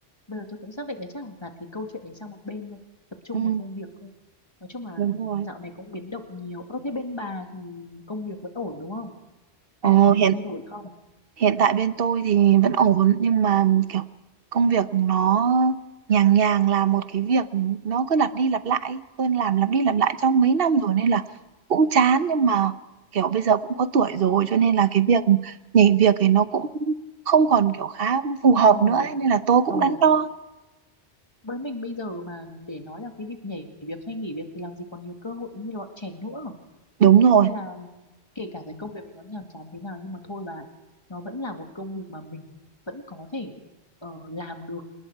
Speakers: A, on the left; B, on the right.
A: bây giờ tôi cũng xác định là chắc là gạt cái câu chuyện đấy sang một bên thôi tập trung
B: ừ,
A: vào công việc thôi nói chung là
B: Đúng rồi.
A: dạo này cũng biến động nhiều ơ thế bên bà thì công việc vẫn ổn đúng không
B: Ồ,
A: hay là có gì
B: hiện
A: thay đổi không
B: hiện tại bên tôi thì vẫn ổn nhưng mà kiểu công việc nó nhàng nhàng là một cái việc nó cứ lặp đi lặp lại tôi làm lặp đi lặp lại trong mấy năm rồi nên là cũng chán nhưng mà kiểu bây giờ cũng có tuổi rồi cho nên là cái việc nhảy việc thì nó cũng không còn kiểu khá phù hợp
A: ờ
B: nữa ấy, nên là tôi cũng
A: ờ
B: đắn đo
A: với mình bây giờ mà để nói là cái việc nhảy việc hay nghỉ việc thì làm gì còn nhiều cơ hội như bọn trẻ nữa
B: đúng rồi
A: nên là kể cả cái công việc này nó nhàm chán thế nào nhưng mà thôi bà nó vẫn là một công việc mà mình vẫn có thể ờ, làm được